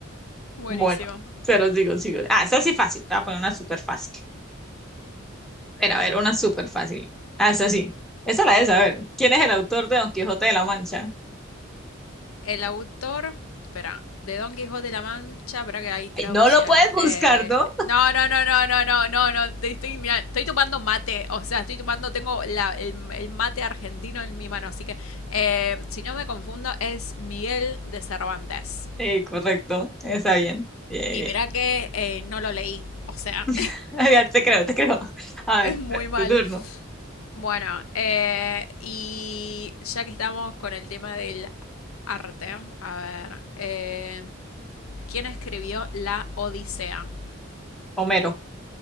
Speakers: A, on the left; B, in the centre.
A: Buenísimo.
B: Bueno, se los digo, sigo. Ah, esa sí fácil. Te voy a poner una súper fácil. Pero a ver, una súper fácil. Ah, esa sí. Esa la de saber. ¿Quién es el autor de Don Quijote de la Mancha?
A: El autor, espera, de Don Quijote de la Mancha, espera que hay tres
B: Ay, No
A: opciones.
B: lo puedes buscar,
A: Eh,
B: ¿no?
A: no, no, no, no, no, no, no, no. Estoy, mira, estoy tomando mate, o sea, estoy tomando, tengo la- el, el mate argentino en mi mano, así que eh, si no me confundo, es Miguel de Cervantes.
B: Sí, correcto. Está bien. Bien,
A: Y
B: bien.
A: mira que eh, no lo leí, o sea,
B: <laughs> Ya te creo, te creo. A
A: <laughs> es
B: ver,
A: muy mal.
B: tu turno.
A: Bueno, eh, y ya que estamos con el tema del arte, a ver, eh, ¿Quién escribió La Odisea?
B: Homero.